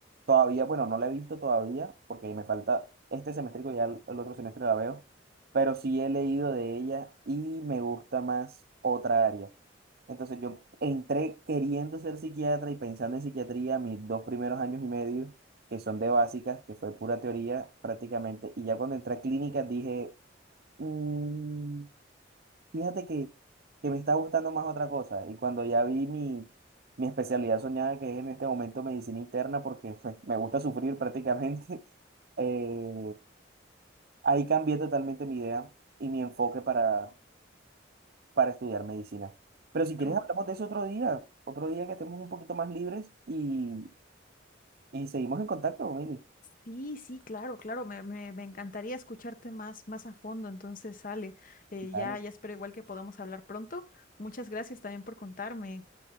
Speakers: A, on the right; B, on the left.
A: todavía, bueno, no la he visto todavía, porque me falta este semestre, que ya el el otro semestre la veo, pero sí he leído de ella y me gusta más otra área. Entonces yo entré queriendo ser psiquiatra y pensando en psiquiatría mis dos primeros años y medio, que son de básicas, que fue pura teoría prácticamente. Y ya cuando entré a clínicas dije, "Mm, fíjate que, que me está gustando más otra cosa. Y cuando ya vi mi, mi especialidad soñada, que es en este momento medicina interna, porque pues, me gusta sufrir prácticamente, <laughs> eh, ahí cambié totalmente mi idea y mi enfoque para, para estudiar medicina. Pero si quieres,
B: Oh.
A: hablamos de eso otro día, otro día que estemos un poquito más libres y, y seguimos en contacto, Mili.
B: Sí, sí, claro, claro, me, me, me encantaría escucharte más, más a fondo, entonces sale, eh,
A: Dale.
B: ya, ya espero igual que podamos hablar pronto. Muchas gracias también por contarme.